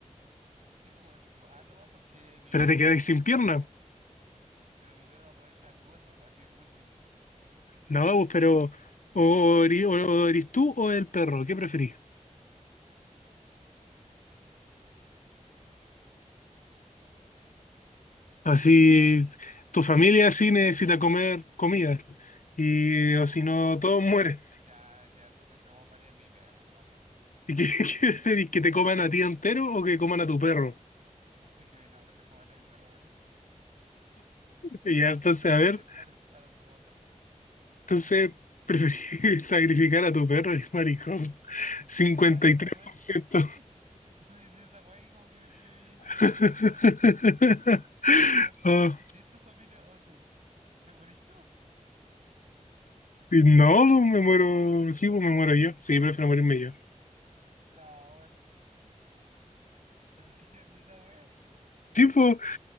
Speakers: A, on the right; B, on the left.
A: Sí, pues, bueno, igual nomás porque mi
B: Pero
A: perro
B: te quedáis sin
A: piensa
B: pierna.
A: que igual- Pero mi perro aprovecha de mi hueso, así por último.
B: No, pues, pero o, eri- o- o tú o el perro, ¿qué preferís? Así, tu familia sí necesita comer comida. Y
A: Ah,
B: o si no,
A: no, entonces,
B: todos mueren.
A: ya, ya, entonces somos varios de mi perro nomás.
B: ¿Y qué, <laughs> qué preferís? ¿Que te coman a ti entero o que coman a tu perro?
A: <laughs> Que tengo que sacar de mi perro, weón.
B: Y ya, entonces,
A: Como,
B: a
A: <laughs>
B: ver,
A: de- ade- adoptó otro.
B: entonces preferís <laughs> sacrificar a tu perro, eres maricón. cincuenta
A: Ay,
B: y
A: pero,
B: tres
A: weón,
B: por ciento.
A: <laughs> no me decís esa weá y como que yo había hecho, pero
B: <laughs>
A: yo, weón. Weón, si,
B: Ah,
A: si es tu familia o tú, ¿te morís tú?
B: y no, no, me muero, sí, pues me muero yo. Sí, prefiero morirme yo.
A: No, weón, <laughs> no te creo ni una weá.
B: Sí, pues,